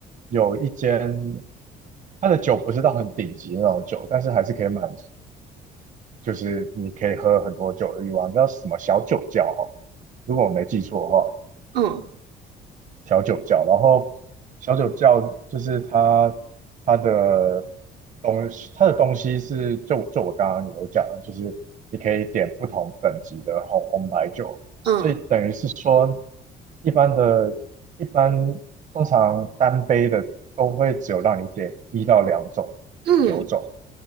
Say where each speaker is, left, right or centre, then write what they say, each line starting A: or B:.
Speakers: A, on the right; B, on the right.
A: 有一间，它的酒不是到很顶级的那种酒，但是还是可以满足，就是你可以喝很多酒的欲望，叫什么小酒窖哈，如果我没记错的话。
B: 嗯
A: 小酒窖，然后小酒窖就是它它的东西，它的东西是就就我刚刚有讲的就是你可以点不同等级的红红白酒，
B: 嗯
A: 所以等于是说一般的，一般通常单杯的都会只有让你点一到两种酒种，
B: 嗯。